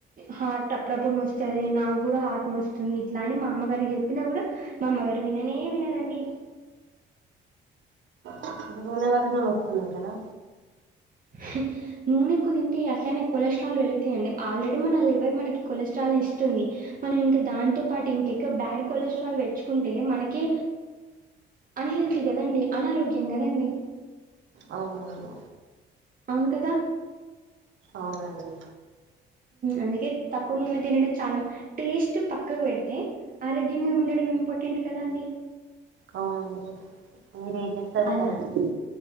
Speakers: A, on the right; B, on the right.
A: హార్ట్ అప్పుడప్పుడు నొస్తది నాకు కూడా హార్ట్ నొస్తుంది ఇట్లా అని మా అమ్మగారు చెప్పినా కూడా మా అమ్మగారు విననే వినరండి
B: అంటె నూనె పోస్తేనే నొస్తుందంటారా
A: హ నూనెక్కువ తింటే అట్లనే కొలెస్ట్రాల్ వెలుతాయండి ఆల్రెడీ మన లివర్ మనకి కొలెస్ట్రాల్ ని ఇస్తుంది మనం ఇంక దాంతో పాటు ఇంకికా బ్యాడ్ కొలెస్ట్రాల్ వెచ్చుకుంటే మనకి అన్ హెల్తీ కదండి అనారోగ్యం కదండి
B: అవునువును
A: అవును కదా
B: అవునండి
A: అందుకే తక్కువ నూనె తినడం చాలా టేస్ట్ పక్కకు పెడితే ఆరోగ్యంగా ఉండడం ఇంపార్టెంట్ కదా అండి
B: అవును అండి మీర ఏం చెప్తే అది
A: అలా
B: కరెక్ట్ అండి